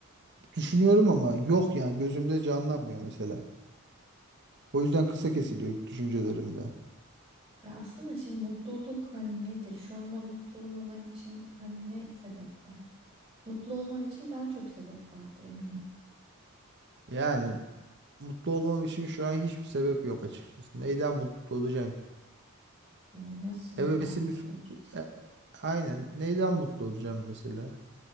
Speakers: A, on the right; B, on the right.
A: Düşünüyorum ama yok yani gözümde canlanmıyor mesela. O yüzden kısa kesiliyor düşüncelerimde.
B: Ya aslında şimdi mutluluk hani nedir? Şu anda mutlu olmaman için hani ne sebep var? Mutlu olman için daha çok sebep vardır eminim.
A: Yani mutlu olmam için şu an hiçbir sebep yok açıkçası. Neyden mutlu olacağım ki?
B: Yani nasıl neyden
A: Hevesimiz
B: mutlu olacaksın?
A: E, aynen neyden mutlu olacağım mesela?